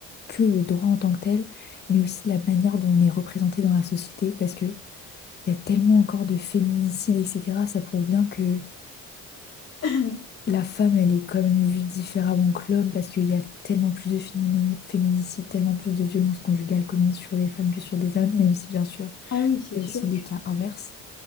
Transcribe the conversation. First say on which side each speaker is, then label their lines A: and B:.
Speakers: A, on the left; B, on the left.
A: que le droit en tant que tel, mais aussi la manière dont on est représenté dans la société, parce que il y a tellement encore de féminicides, etc. Ça prouve bien que
B: <clears throat>
A: la femme, elle est quand même vue différemment que l'homme parce qu'il y a tellement plus de fémini- féminicides, tellement plus de violences conjugales commises sur des femmes que sur des hommes, même si bien sûr,
B: Ah oui, c'est
A: il y
B: sûr
A: a aussi les
B: que
A: cas inverses.